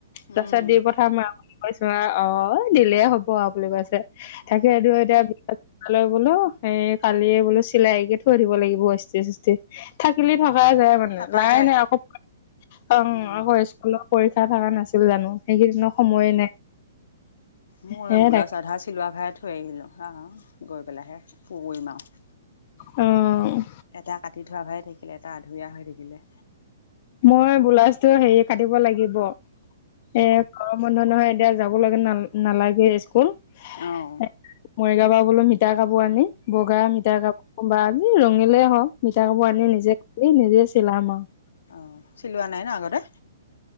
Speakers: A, on the left; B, on the left.
A: তাৰপিছত
B: উম
A: দি পঠাম আৰু বুলি কৈছো আৰু। অ' দিলেই হ'ব আৰু বুলি কৈছে। থাকেটো এতিয়া বি লৈ বোলো এ কালিয়ে বোলো চিলাইকে থৈ দিব লাগিব ইস্তি-চিস্তি। থাকিলে থাক যায় মানে।
B: থাকা
A: লাই
B: যায়
A: নাই আকৌ। অ'
B: উম
A: আকৌ স্কুলৰ পৰীক্ষা থকা নাছিল জানো! সেইকেইদিনৰ সময়ে নাই।
B: মই
A: হে
B: বোলাউজ
A: তাকে
B: আধা চিলোৱা ভাগে থৈ আহিলো। আহ গৈ পেলাইহে পূৰ কৰিম আৰু।
A: অ'।
B: এটা কাটি থোৱা ভাগে থাকিলে। এটা আধুৰীয়া হৈ থাকিলে।
A: মই বোলাজটো হেৰি কাটিব লাগিব। এ গৰম বন্ধ নহয় এতিয়া যাব লাগে ন নালাগে স্কুল। মৰিগাঁৱৰ
B: অঁ
A: পৰা বোলো মিতা কাপোৰ আনি বগা মিটাৰ কাপোৰ বা ৰঙিলেই হওক, মিটাৰ কাপোৰ আনি নিজে এই নিজেই চিলাম আৰু।
B: অ' চিলোৱা নাই ন আগতে?